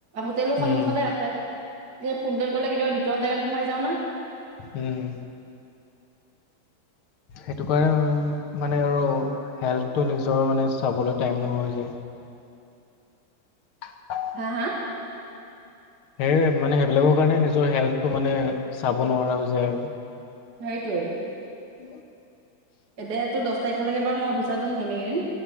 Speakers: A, on the right (about 50°); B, on the left (about 85°).
A: হোটেলো
B: উম,
A: সন্মুখতে আছে। ফিল্ডত গ'লে কেতিয়াবা ভিতৰোৱা জেগাত সোমাই যাওঁ না।
B: উম। সেইটো কাৰণে উম মানে আৰু হেল্থটো নিজৰ মানে চাবলৈ টাইম নহয় গে। <inaudible>
A: হা হা?
B: সেইয় মানে সেইবিলাকৰ কাৰণে নিজৰ হেল্থটো মানে চাব নোৱাৰা হৈ যায় আৰু।
A: সেইটোৱেই।
B: <unintelligible>
A: এতিয়া তো দছ তাৰিখলৈকে বাৰু মই অফিচতে থাকিম এই কেইদিন